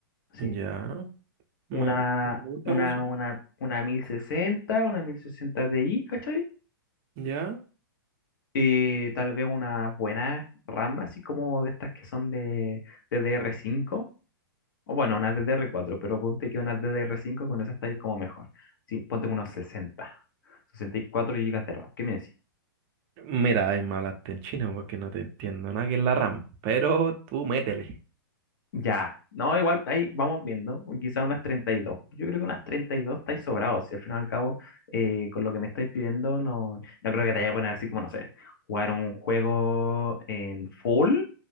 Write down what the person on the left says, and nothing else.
sí.
Una,
una,
una, una 1060 una 1060 Ti, ¿cachai?
Y tal vez una buena RAM, así como de estas que son de, de d D r cinco O bueno, unas ddr cuatro pero ponte que unas ddr cinco con esas estáis como mejor. Sí, ponte con unos sesenta, sesenta y cuatro gigas de RAM. ¿Qué me decís?
Ya, no, igual ahí vamos viendo, o quizá unas treinta y dos Yo creo que unas 32 estáis sobrados. Si al final y al cabo, eh, con lo que me estáis pidiendo, no, no creo que te vaya a poner así como, no sé, jugar un juego en full